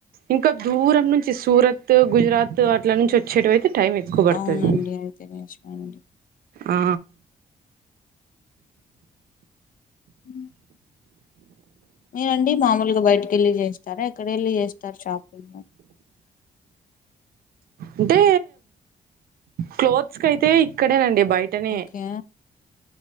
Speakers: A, on the right (about 85°); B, on the left (about 65°).
A: ఇంకా దూరం నుంచి సూరత్ గుజరాత్ అట్ల నుంచి వచ్చేట అయితే టైమ్ ఎక్కువ పడుతుంది
B: అవునండి అయితే నిజమే అండి
A: ఆ
B: ఉ మీరండి మామూలుగా బయటకి వెళ్ళి చేస్తారా ఎక్కడ వెళ్ళి చేస్తారు షాపింగ్
A: అంటే క్లాత్స్కి అయితే ఇక్కడేనండి బయటనే
B: ఓకే